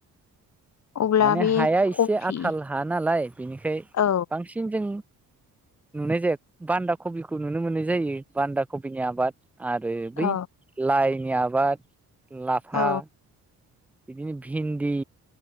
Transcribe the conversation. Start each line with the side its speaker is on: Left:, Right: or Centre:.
Left: अब्ला
Centre: माने
Left: बे
Centre: हाया एसे
Left: कफि
Centre: आथाल हा नालाय बेनिखाय
Left: औ
Centre: बांसिन जों नुनाय जाया बान्दा कबिखौ नुनो मोननाय जायो बान्दा कबिनि आबाद आरो
Left: औ
Centre: बै लाइनि आबाद लाफा
Left: औ
Centre: बिदिनो भिन्दि